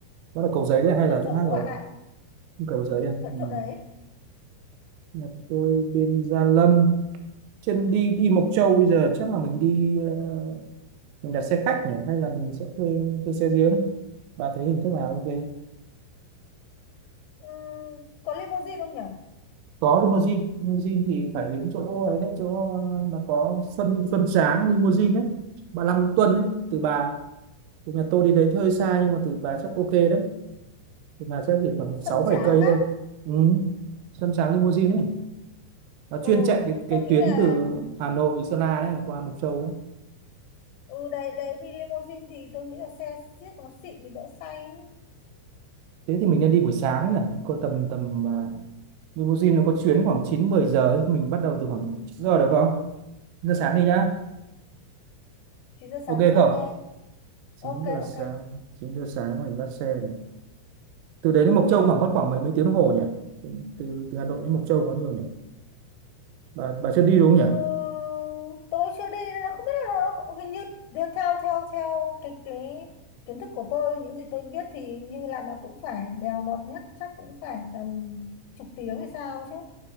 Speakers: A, on the right; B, on the left.
A: đó là Cầu Giấy đấy hay
B: vẫn
A: là chỗ
B: chỗ
A: khác
B: cũ
A: rồi
B: bạn ạ
A: Cầu Giấy à?
B: vẫn
A: ừ.
B: chỗ đấy
A: Nhà tôi bên Gia Lâm. Trên đi đi Mộc Châu bây giờ chắc là mình đi ờ, mình đặt xe khách nhỉ hay là mình sẽ thuê thuê xe riêng. Bà thấy hình thức nào ok?
B: ừ, có limousine không nhỉ
A: Có limousine, limousine thì phải đến chỗ ấy đấy, chỗ ờ, mà có Xuân Xuân Sáng limousine đấy. Bà Long Nguyễn Tuân đấy, từ bà từ nhà tôi đi đấy hơi xa nhưng mà từ bà chắc ok đấy. Từ bà chắc chỉ khoảng
B: sân
A: 6 7
B: tráng
A: cây
B: á
A: thôi. Ừ. Xuân Sáng limousine ấy. Nó
B: ừ
A: chuyên chạy cái, cái
B: tôi nghĩ
A: tuyến
B: là
A: từ Hà Nội Sơn La đấy qua Mộc Châu ấy
B: ừ đấy đấy đi limousine thì tôi nghĩ là xe xiếc nó xịn thì đỡ say ấy.
A: thế thì mình nên đi buổi sáng nhỉ có tầm tầm à, limousine nó có chuyến khoảng 9 10 giờ ấy. mình bắt đầu từ khoảng 9 giờ được không 9 giờ sáng đi nhá
B: chín giờ
A: ok
B: sáng đi ok
A: không Chín
B: ok
A: giờ
B: ok
A: sáng chín giờ sáng mình bắt xe này từ đấy đến Mộc Châu khoảng mất khoảng mấy mấy tiếng đồng hồ nhỉ từ từ Hà Nội đến Mộc Châu có nhiều nhỉ bà bà chưa đi đúng không
B: ừ,
A: nhỉ
B: tôi chưa đi nên là không biết là hình như theo theo theo theo cái cái kiến thức của tôi những gì tôi biết thì như là nó cũng phải bèo bọt nhất chắc cũng phải tầm chục tiếng hay sao chứ